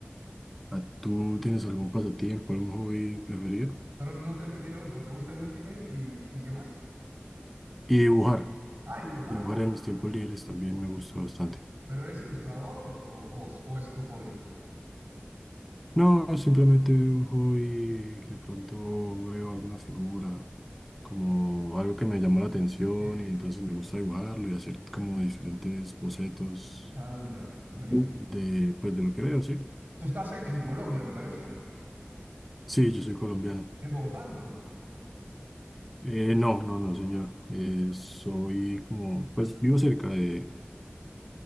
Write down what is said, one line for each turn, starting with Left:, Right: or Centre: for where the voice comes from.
Centre: ¿A- ¿Tú tienes algún pasatiempo, algún hobby preferido?
Right: Pero no te entendí lo último. ¿Te gusta el Ultimate y, y qué más?
Centre: Y dibujar,
Right: Ah, dibujar.
Centre: dibujar
Right: Ah,
Centre: en mis tiempos libres también me gusta bastante.
Right: ¿Pero eres ilustrador o, o, o- o es tu hobby?
Centre: No, simplemente un hobby que de pronto veo alguna figura, como algo que me llamó la atención
Right: Sí.
Centre: y entonces me gusta dibujarlo y hacer como diferentes bocetos
Right: Ah, mira, buenísimo.
Centre: Uh. De, pues de lo que veo, sí.
Right: ¿Tú estás en, en Colombia, me parece?
Centre: Sí, yo soy colombiano.
Right: ¿En Bogotá? No.
Centre: Eh, no, no, no, señor. Eh, soy como, pues vivo cerca de,